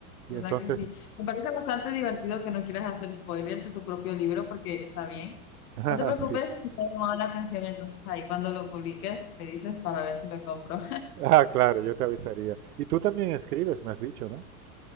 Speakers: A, on the left; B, on the right.
A: ¿verdad
B: Y entonces
A: que sí? Me parece bastante divertido que no quieras hacer spoiler de tu propio libro porque está bien.
B: Ah,
A: No te preocupes,
B: sí.
A: si te ha llamado la atención, entonces ahí cuando lo publiques me dices para ver si lo compro.
B: Ah, claro, yo te avisaría. Y tú también escribes, me has dicho, ¿no?